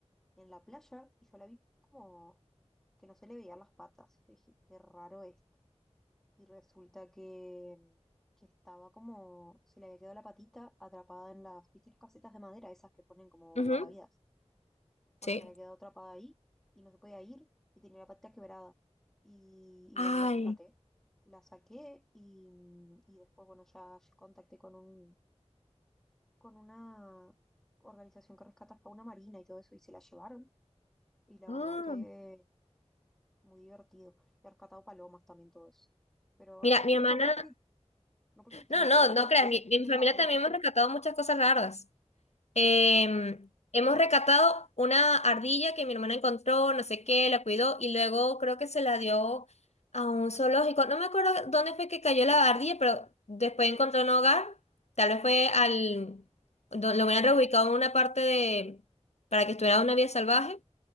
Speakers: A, in the centre; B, on the left.
A: en la playa y yo la vi como que no se le veían las patas. Yo dije, qué raro esto. Y resulta que, que estaba como, se le había quedado la patita atrapada en las, ¿viste las casetas de madera, esas que ponen como
B: ujú,
A: de guardavidas? Bueno,
B: Sí.
A: se había quedado atrapada ahí y no se podía ir y tenía la patita quebrada. Y, y
B: Ay.
A: bueno, la rescaté. La saqué y, y después, bueno, ya contacté con un, con una organización que rescata fauna marina y todo eso y se la llevaron. Y la
B: ah.
A: verdad que muy divertido. He rescatado palomas también todo eso. Pero
B: Mira, mi
A: <laughs>
B: hermana,
A: no porque, no porque quiera,
B: no, no,
A: la verdad,
B: no
A: <laughs>
B: creas,
A: simplemente
B: mi, mi familia
A: están ahí.
B: también hemos rescatado muchas cosas raras. Em, hemos recatado una ardilla que mi hermana encontró, no sé qué, la cuidó y luego creo que se la dio a un zoológico. No me acuerdo dónde fue que cayó la ardilla, pero después encontró un hogar. Tal vez fue al... do- Lo hubieran reubicado en una parte de... para que estuviera en una vida salvaje